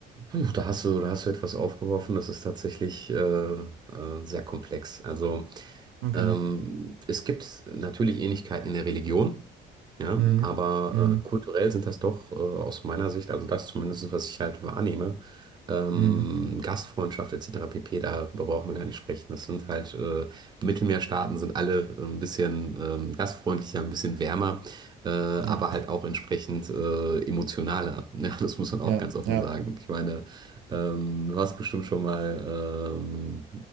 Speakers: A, on the right; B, on the right.
A: Puh, da hast du, da hast du etwas aufgeworfen, das ist tatsächlich äh, äh, sehr komplex. Also
B: Okay.
A: Ähm, es gibt natürlich Ähnlichkeiten in der Religion, ja,
B: Mhm.
A: aber
B: Mhm.
A: äh, kulturell sind das doch äh, aus meiner Sicht, also das zumindest, was ich halt wahrnehme, ähm,
B: Mhm.
A: Gastfreundschaft etc. pp., darüber brauchen wir gar nicht sprechen. Das sind halt äh, Mittelmeerstaaten, sind alle ein bisschen ähm, gastfreundlicher, ein bisschen wärmer, äh, aber
B: Ja.
A: halt auch entsprechend äh, emotionaler. <laughs> Ja, das muss man auch
B: Ja.
A: ganz offen
B: Ja.
A: sagen. Ich meine, ähm, du hast bestimmt schon mal ähm,